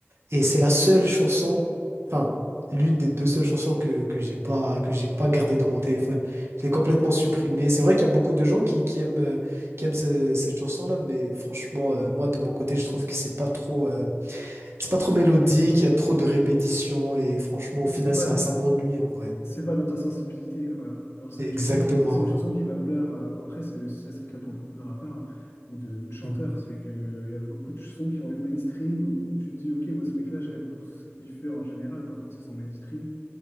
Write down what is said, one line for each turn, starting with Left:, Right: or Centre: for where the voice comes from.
Right: et c'est la seule chanson, enfin, l'une des deux seules chansons que, que j'ai pas, que j'ai pas gardée dans mon téléphone. Je l'ai complètement supprimée. C'est vrai qu'il y a beaucoup de gens qui, qui aiment, euh, qui aiment ce- cette chanson-là, mais franchement, euh, moi, de mon côté, je trouve que c'est pas trop, euh, c'est pas trop mélodique, il y a trop de répétitions, et franchement, au
Left: C'est
Right: final,
Left: pas,
Right: ça, ça m'ennuie en vrai.
Left: c'est pas dans ta sensibilité, quoi. Genre, c'est
Right: Exactement,
Left: une chanson qui, c'est une
Right: ouais.
Left: chanson qui va plaire à- Après, c'est, si ça, c'est le cas pour beaucoup de rappeurs hein, ou de, ou de chanteurs.
Right: Mm.
Left: C'est que il y a beaucoup de sons qui vont être mainstream où tu te dis, OK, moi, ce mec-là, je l'aime pour ce qu'il fait en général, pas pour ses sons mainstream.